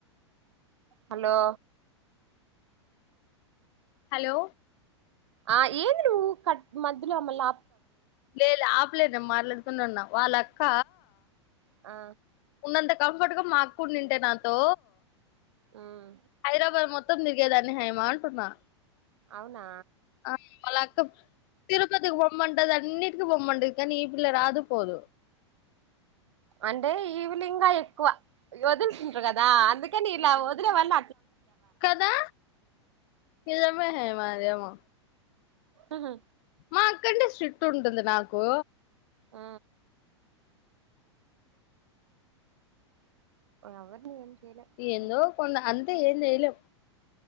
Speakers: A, on the right (about 70°); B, on the left (about 50°).
A: హలో
B: హలో
A: ఆ ఏంది నువ్వు కట్ మధ్యలో మల్లా
B: లేలే ఆపలేదు నేను మాట్లాడుతూనే ఉన్నా వాళ్ళక్క
A: ఆ
B: ఉన్నంత కంఫర్ట్గా మా అక్క ఉన్నిఉంటే నాతో
A: ఉమ్
B: హైదరాబాద్ మొత్తం మొత్తం తిరిగేదాన్ని హైమ అంటున్నా
A: అవునా
B: ఆ వాళ్ళ అక్క తిరుపతికి పోమ్మంటది అన్నిీ అన్నిటికి పోమంటది ఈ పిల్ల రాదు పోదు
A: అంటే ఈ పిల్ల ఇంకా ఎక్కువ వదులుతుంటారు కదా అందుకని ఇలా వదిలే వాళ్ళ
B: కదా నిజమే హేమ అదేమో
A: ఆహా
B: మా అక్కంటే స్ట్రిక్ట్ ఉంటుంది నాకు
A: ఆ ఎవరిని చేయలే
B: ఎందో
A: ఉండని
B: కొంద అంతే ఏమి చేయలేం